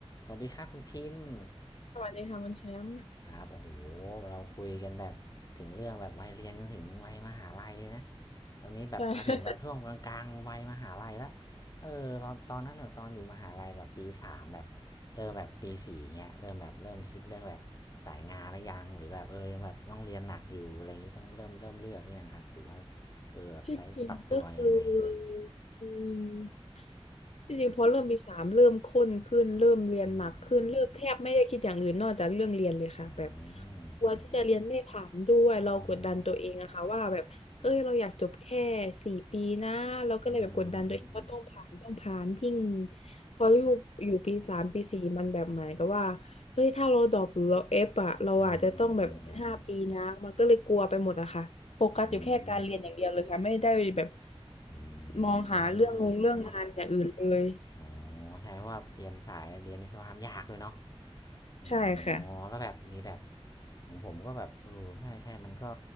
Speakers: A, on the left; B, on the left.
A: สวัสดีครับคุณพิมพ์
B: สวัสดีค่ะคุณแชมป์
A: ครับโอ้โหเราคุยกันแบบถึงเรื่องแบบวัยเรียนจนถึงวัยมหาลัยเลยนะตอนนี้แบบมาถึงแบบช่วงกลางๆวัยมหาลัยละ
B: ใช่ <laughs>
A: เออตอนตอนนั้นแบบตอนอยู่มหาลัยแบบปีสามแบบเริ่มแบบปีสี่เงี้ยเริ่มแบบเริ่มคิดเรื่องแบบสายงานหรือยังหรือแบบเออยังแบบต้องเรียนหนักอยู่อะไรอย่างงี้ต้องเริ่มเริ่มเลือกหรือยังครับหรือว่าเออแบบไปปรับตัวยังไงอะไรอย่างงี้
B: ที่จริงก็คืออืมที่จริงพอเริ่มปีสามเริ่มข้นขึ้นเริ่มเรียนหนักขึ้นเริ่มแทบไม่ได้คิดอย่างอื่นนอกจากเรื่องเรียนเลยค่ะแบบ
A: อืมอืมอืมอืมใช่ใช่
B: กลัวที่จะเรียนไม่ผ่านด้วยเรากดดันตัวเองอะค่ะว่าแบบเฮ้ยเราอยากจบแค่สี่ปีนะเราก็เลยแบบกดดันตัวเองว่าต้องผ่านต้องผ่านยิ่ง
A: อืมอืมอืมอืมอืมอืมอืม
B: พออยู่อยู่ปีสามปีสี่มันแบบเหมือนกับว่า เฮ้ยถ้าเราดรอปหรือเราเอฟอะเราอาจจะต้องแบบห้าปีนะมันก็เลยกลัวไปหมดอะค่ะโฟกัสอยู่แค่การเรียนอย่างเดียวเลยค่ะไม่ได้แบบ
A: อืมอืมอืมอืมอืมอืมอืม
B: มองหาเรื่องงงเรื่องงานอย่างอื่นเลย
A: เนาะอ๋อใช่ว่าเรียนสายเรียนวิศวกรรมยากเลยเนาะอ๋อ
B: ใช่ค่ะ
A: แล้วแบบมีแบบ ของผมก็แบบเออใช่ใช่มันก็